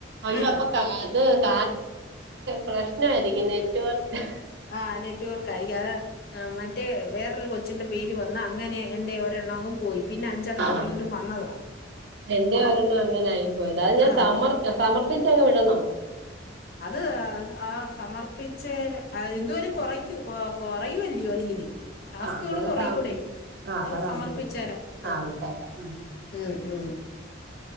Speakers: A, on the right (about 65°); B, on the left (about 55°).
A: അയ്യപ്പൊ
B: ആ
A: അത്. പ്രശ്‌നമായിരിക്കും നെറ്റ്‌വർക്ക്.
B: ആ നെറ്റ്‌വർകായിരികാം അ മറ്റേ വേറൊരു കൊച്ചിന്റെ പേര് വന്ന് അങ്ങനെ എൻ്റെ ഒരെണ്ണവും പോയി. പിന്നെ അഞ്ചെണ്ണം
A: ആ
B: വീണ്ടും വന്നതാ
A: എന്റെ ഒരെണ്ണം അങ്ങനെ ആയി പോയതാ അത് ഞാൻ
B: ആ
A: സമർ സമർ. പ്പിച്ചങ് വിടണോ
B: അത് ആ സമർപ്പിച്ചേ ന്തോ കുറയ്ക്കൂ കൊ കൊറയുവല്ലയോ അതിന്. ടാസ്കുകൾ
A: ആഹ് അന്നേരം
B: കുറയൂടെ
A: സമർപ്പിക്കാം ആഹ് അപ്പൊ
B: അ
A: സമർപ്പിക്കാം
B: സമർപ്പിച്ചരാ ആഹ
A: ആഹ് വിട്ടേക്കാം ഉം
B: ഉം ഉം